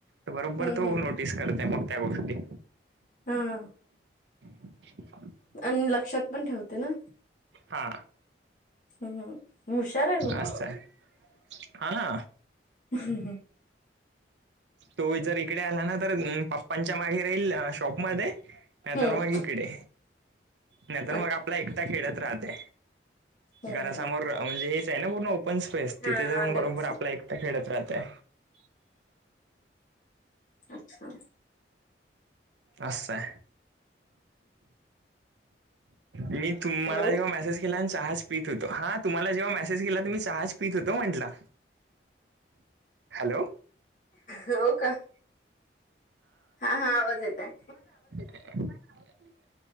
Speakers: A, on the right (about 80°); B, on the left (about 45°).
A: तो बरोबर
B: हम्म
A: तो
B: हम्म
A: नोटीस
B: हम्म.
A: करतय मग त्या गोष्टी
B: हा
A: <unintelligible>
B: अनं लक्षात पण ठेवते ना
A: हा
B: हम्म हम्म. हुशार आहे मग
A: अस -हाय -हा ना
B: <unintelligible>
A: तो जर इकडे आला ना तर पप्पांच्या मागे राहील शॉपमध्ये नाय
B: हम्म.
A: तर मग इकडे नाय तर मग
B: अच्छा
A: आपला एकटा खेळत राहतय.
B: हम्म
A: घरासमोर
B: हम्म.
A: म्हणजे हेच आहे ना पूर्ण ओपन स्पेस तिथे
B: हा
A: जाऊन
B: अंगण
A: बरोबर
B: असं.
A: आपला एक ते खेडत राहतय.
B: अच्छा
A: असय ये तुमाला
B: हॅलो
A: जेव्हा मेसेज केला नं चहा पीत होतो हा तुम्हाला जेव्हा मेसेज केला त मी चहाच पीत होतो म्हंटला हॅलो
B: हो का हा हा आवाज येत हाय.
A: <unintelligible> आवाजच नाय येत.